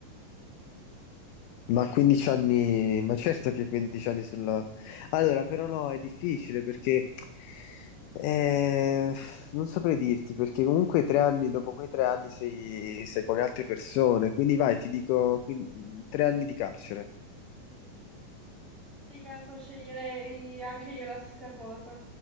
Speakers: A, on the left; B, in the centre.
A: Ma 15 anni, ma certo che 15 anni sulla... Allora, però no, è difficile perché eh, non saprei dirti, perché comunque tre anni, dopo quei tre anni sei, sei con le altre persone, quindi vai, ti dico quin- tre anni di carcere.
B: Mm. Sì, penso sceglierei anche io la stessa cosa.